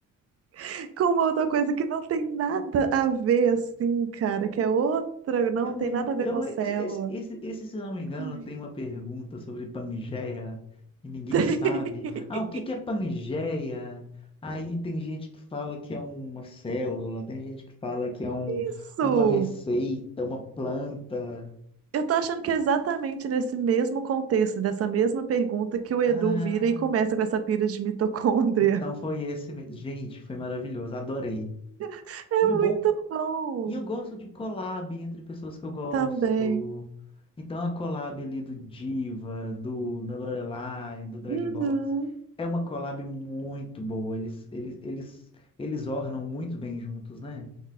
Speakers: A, on the right; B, on the left.
A: <laughs> com uma outra coisa que não tem nada a ver, assim, cara, que é outra, não
B: Eu lembro,
A: tem nada a ver
B: eu
A: com o
B: le-
A: célula.
B: esse, esse, esse, se eu não me
A: Ai.
B: engano, tem uma pergunta sobre Pangeia e ninguém
A: <laughs>
B: sabe. Ah, o que que é Pangeia? Aí tem gente que fala que é uma célula, tem gente que fala que é um,
A: Isso!
B: uma receita, uma planta.
A: Eu tô achando que é exatamente nesse mesmo contexto, dessa mesma pergunta, que o Edu
B: Ah,
A: vira e começa com essa pira de mitocôndria.
B: então foi esse mesmo. Gente, foi maravilhoso, adorei.
A: <laughs> É
B: E o bom,
A: muito bom
B: E eu gosto de collab entre pessoas que eu gosto.
A: também.
B: Então, a collab ali do Diva, do, da Lorelai, do Dragbox,
A: Uhum.
B: é uma collab muito boa. Eles, eles, eles, eles ornam muito bem juntos, né?